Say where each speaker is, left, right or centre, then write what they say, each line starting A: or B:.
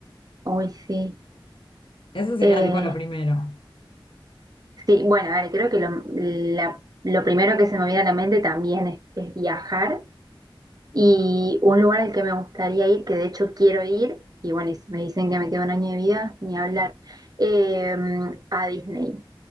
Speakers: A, on the right; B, on the left.
A: Uy, sí.
B: Eso sería
A: Eh,
B: tipo lo primero.
A: sí, bueno, a ver, creo que lo, la- lo primero que se me viene a la mente también es es viajar. Y un lugar al que me gustaría ir, que de hecho quiero ir, y bueno, y si me dicen que me queda un año de vida, ni hablar, eh, a Disney.